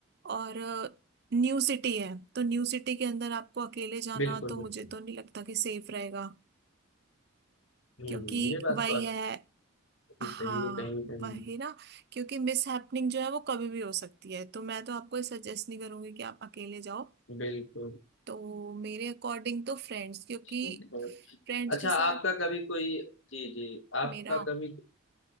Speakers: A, on the right (about 50°); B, on the left (about 65°).
A: और न्यू सिटी है तो न्यू सिटी के अंदर आपको अकेले जाना
B: बिल्कुल
A: तो
B: बिल्कुल
A: मुझे तो नहीं लगता कि सेफ रहेगा
B: हम्म
A: क्योंकि
B: हम्म, ये बात
A: वही
B: तो
A: है
B: आपकी
A: हाँ
B: सही है कहीं ना कहीं
A: वही ना क्योंकि मिस हैपनिंग जो है वो कभी भी हो सकती है तो मैं तो आपको सजेस्ट नहीं करूंगी कि आप अकेले जाओ
B: बिल्कुल
A: तो मेरे अकॉर्डिंग तो फ्रेंड्स क्योंकि
B: ठीक है
A: फ्रेंड्स
B: अच्छा
A: के साथ
B: आपका कभी कोई जी जी आपका
A: मेरा
B: कभी